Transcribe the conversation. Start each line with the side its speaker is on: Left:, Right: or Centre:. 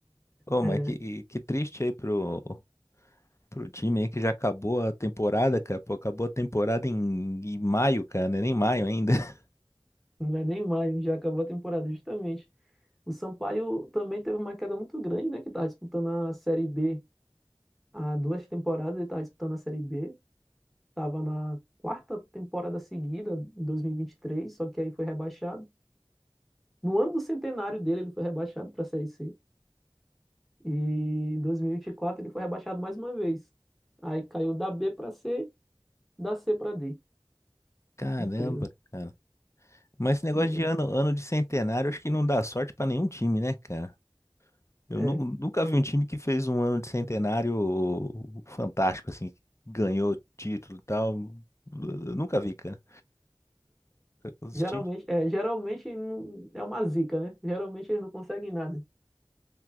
Left: Ô,
Centre: É,
Left: mas que, que triste aí pro, Pro time aí que já acabou a temporada, cara. Pô, acabou a temporada em, em maio, cara, né? Nem maio ainda. <laughs>
Centre: Não é nem mais, já acabou a temporada, justamente. O Sampaio também teve uma queda muito grande, né? Que estava disputando a Série B há duas temporadas, ele estava disputando a Série B. Estava na quarta temporada seguida, em 2023, só que aí foi rebaixado. No ano do centenário dele, ele foi rebaixado para a Série C. E em 2024 ele foi rebaixado mais uma vez. Aí caiu da B para C, da C para D.
Left: Caramba,
Centre: Incrível.
Left: cara. Mas esse negócio
Centre: né?
Left: de ano, ano de centenário, acho que não dá sorte pra nenhum time, né, cara? Eu
Centre: É,
Left: nu- nunca vi um time que fez um ano de centenário fantástico, assim, que ganhou título e tal. Eu nunca vi, cara. Os
Centre: Geralmente,
Left: times.
Centre: é, geralmente não- é uma zica, né? Geralmente eles não conseguem nada.